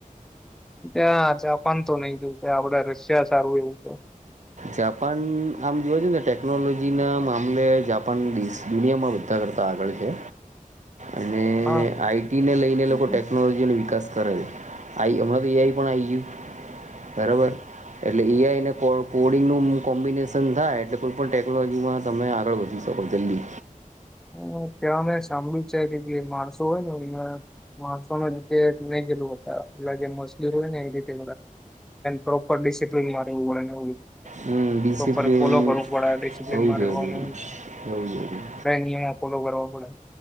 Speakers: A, in the centre; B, on the right.
A: ત્યા જાપાન તો નઈ જોયું આપડે રશિયા સારું એવું છે
B: જાપાન આમ જોવ છે ને ટેકનોલોજી ના મામલે જાપાન દુનિયામાં બધા કરતા આગળ છે અને
A: હા
B: આઈટી ને લઈને
A: હમ
B: લોકો ટેકનોલોજી નો વિકાસ કરે છે આ આઇ હમણાં તો એઆઈ પણ આવી ગયું બરોબર એટલે એ આઈ <unintelligible> કોડિંગનું કોમ્બિનેશન થાય એટલે કોઈ પણ ટેક્નોલોજીમાં તમે આગળ વધી શકો જલ્દી
A: હ ત્યાં અમે સાંભળ્યું જ છે કે જે માણસો હોય ને માણસો જીતે ગેલું હતા પ જે મસ્ હોય ને એ રીતે પ્રોપર ડિસિપ્લીન મા રહેવું પડે ને
B: હમ ડિસિપ્લીન
A: પ્રોપર ફોલો કરવું પડે ડિસિપ્લિનમાં
B: બહુ જરૂરી,
A: રહેવાનું
B: બહુ જરૂરી
A: બે ફોલો કરવા પડે